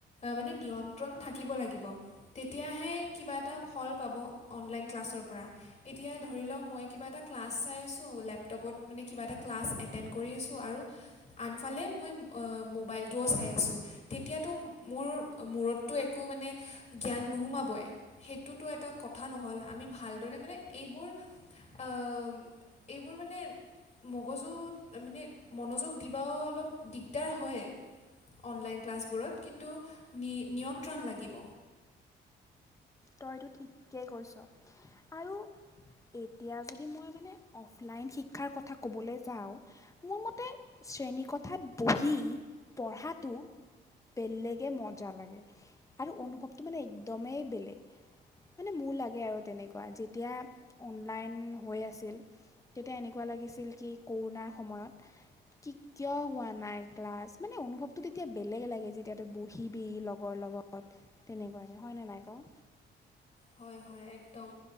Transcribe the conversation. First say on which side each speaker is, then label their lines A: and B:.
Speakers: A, on the left (about 35°); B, on the left (about 15°).
A: মানে নিয়ন্ত্ৰণ থাকিব লাগিব। তেতিয়াহে কিবা এটা ফল পাব অনলাইন ক্লাছৰ পৰা। এতিয়া ধৰি লওক মই কিবা এটা ক্লাছ চাই আছো লেপটপত মানে কিবা এটা ক্লাছ এটেণ্ড কৰি আছো আৰু আনফালে মই মোবাইলটোও চাই আছো তেতিয়াতো মোৰ মূৰতটো একো কো মানে জ্ঞান নোসোমাবই সেইটোতো এটা কথা নহ'ল আমি ভালদৰে মানে এইবোৰ আহ এইবোৰ মানে মগজুত মানে মনোজক দিবা অলপ দিগদাৰ হয়। অনলাইন ক্লাছবোৰত কিন্তু নিয়ন্ত্ৰণ লাগিব
B: তইতো ঠিকেই কৈছ আৰু এতিয়া যদি মই মানে অফলাইন শিক্ষাৰ কথা ক'বলৈ যাওঁ মোৰ মতে শ্ৰেণীকথাত বহি পঢ়াটো বেলেগে মজা লাগে, আৰু অনুভৱটো মানে একদমেই বেলেগ। মানে মোৰ লাগে আৰু তেনেকুৱা, যেতিয়া অনলাইন হৈ আছিল তেতিয়া এনেকুৱা লাগে। কি আছিল কি কোৰোনাৰ সময়ত কি কিয় হোৱা নাই ক্লাছ, মানে অনুভৱতটো তেতিয়া বেলেগ লাগে যেতিয়া তই বহিবি ল'গৰ লগ লগত তেনেকুৱাকে হয়নে নাই কওঁ।
A: হয়, হয় একদম